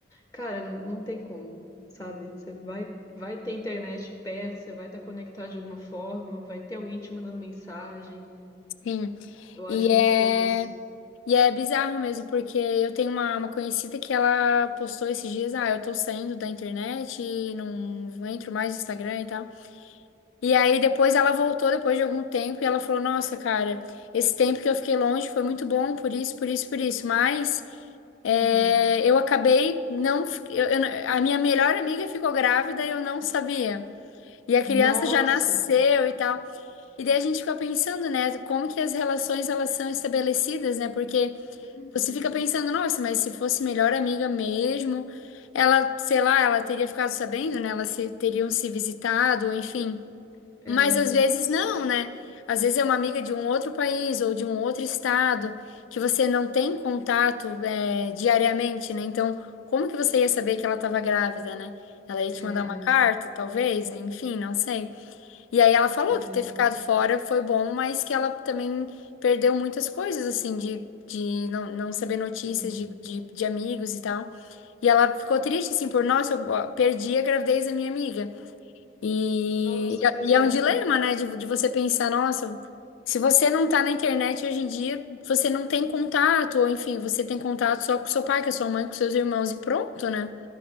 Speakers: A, on the left; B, on the left.
A: Cara, não, não tem como, sabe? Você vai, vai ter internet perto, você vai estar conectado de alguma forma, vai ter alguém te mandando mensagem.
B: sim.
A: Eu
B: E
A: acho
B: é.
A: muito louco isso.
B: E é bizarro mesmo, porque eu tenho uma, uma conhecida que ela postou esses dias, ah, eu tô saindo da internet, e não entro mais no Instagram e tal. E aí depois ela voltou depois de algum tempo e ela falou, nossa, cara, esse tempo que eu fiquei longe foi muito bom, por isso, por isso, por isso. Mas é,
A: Uhum.
B: eu acabei não, fi- eu- eu não- a minha melhor amiga ficou grávida e eu não sabia. E a criança
A: Nossa!
B: já nasceu e tal. E daí a gente fica pensando, né, como que as relações elas são estabelecidas, né? Porque
A: Uhum.
B: você fica pensando, nossa, mas se fosse melhor amiga mesmo, ela, sei lá, ela teria ficado sabendo, né? Elas se- teriam se visitado, enfim.
A: É,
B: Mas às
A: nossa!
B: vezes não, né? Às vezes é uma amiga de um outro país ou de um outro estado que você não tem contato, é, diariamente, né? Então, como que você ia saber que ela estava grávida, né? Ela ia
A: É,
B: te mandar uma carta, talvez, enfim, não sei. E aí ela falou
A: é,
B: que ter ficado fora foi bom, mas que ela também perdeu muitas coisas, assim, de, de não, não saber notícias
A: tem-
B: de, de, de amigos e tal. E ela ficou triste, assim, por, nossa, eu ó, perdi a gravidez da minha amiga. E,
A: Nossa, pois
B: e
A: é.
B: é um dilema, né, de, de você pensar, nossa, se você não tá na internet hoje em dia, você não tem contato, ou enfim, você tem contato só com seu pai, com a sua mãe, com seus irmãos e pronto, né?